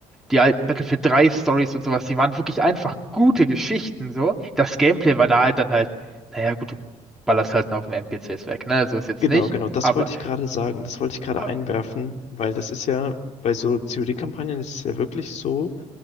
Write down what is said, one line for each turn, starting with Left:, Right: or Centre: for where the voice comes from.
Centre: die alten Battlefield 3 Stories und sowas, die waren wirklich einfach gute Geschichten. So, das Gameplay war da halt dann halt, naja, gut, du ballerst halt auf dem NPCs weg, ne? So ist jetzt
Left: Genau,
Centre: nicht,
Left: genau, das
Centre: aber
Left: wollte ich gerade sagen. Das wollte ich gerade
Centre: äh,
Left: einwerfen, weil das ist ja bei so COD-Kampagnen ist es ja wirklich so,